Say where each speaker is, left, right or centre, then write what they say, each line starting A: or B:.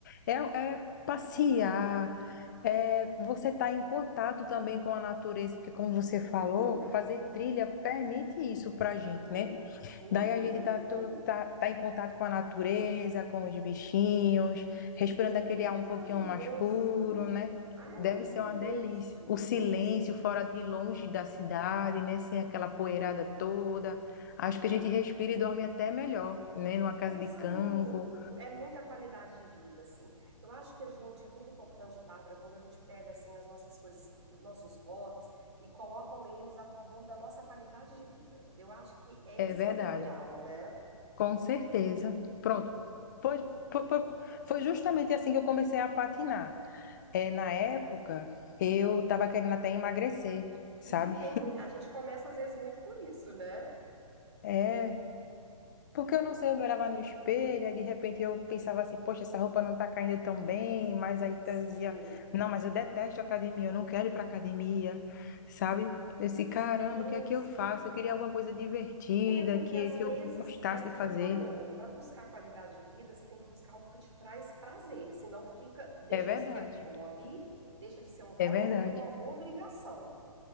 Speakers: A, on the left; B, on the right.
A: é, é passear, é você estar em contato também com a natureza, porque como você
B: sim,
A: falou, fazer trilha permite isso para a gente,
B: sim,
A: né?
B: sim,
A: Daí a
B: muito.
A: gente tá, tu- tá, tá em contato com a natureza, com os bichinhos, respirando
B: Sim,
A: aquele ar
B: é maravilhoso.
A: um pouquinho mais puro, né?
B: Ah, é
A: Deve
B: maravilhoso.
A: ser uma delícia. O silêncio
B: Nossa.
A: fora e longe da cidade, né? Sem aquela poeirada toda. Acho que a gente respira e dorme até melhor, né? Numa casa
B: Nossa,
A: de campo.
B: muito! É muita qualidade de vida, assim. Eu acho que a gente, é muito importante, Bárbara, quando a gente pega, assim, as nossas coisas, que, os nossos hobbies e colocam eles a favor da nossa qualidade de vida. Eu acho que esse
A: É verdade.
B: é o ideal, né?
A: Com certeza. Pronto. Pois- po- po- foi justamente assim que eu comecei a patinar. É, na época, eu estava querendo até emagrecer, sabe?
B: E tem, mu- a gente começa, às vezes, muito por isso, né?
A: É, Porque eu não sei, eu me olhava no espelho, aí de repente eu pensava assim, poxa, essa roupa não tá caindo tão bem, mas aí eu
B: Sim,
A: dizia, não, mas eu detesto academia, eu não quero ir pra academia, sabe? Esse
B: sim,
A: caramba, o que é que
B: sim.
A: eu faço? Eu queria alguma coisa divertida,
B: É, porque
A: que,
B: às
A: que
B: vezes
A: eu gostasse
B: é o que
A: de
B: você
A: fazer.
B: falou, para buscar qualidade de vida, você tem que buscar algo que te traz prazer, senão fica, deixa
A: É verdade,
B: de ser um hobby, deixa de ser um hobby
A: é verdade,
B: e vira uma obrigação,